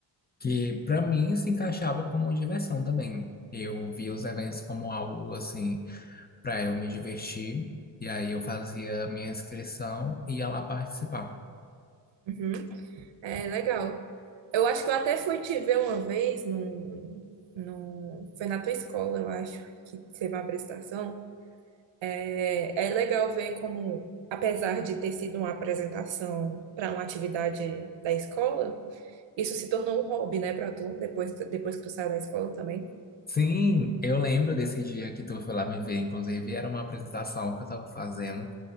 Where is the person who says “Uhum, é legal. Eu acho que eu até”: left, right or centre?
Right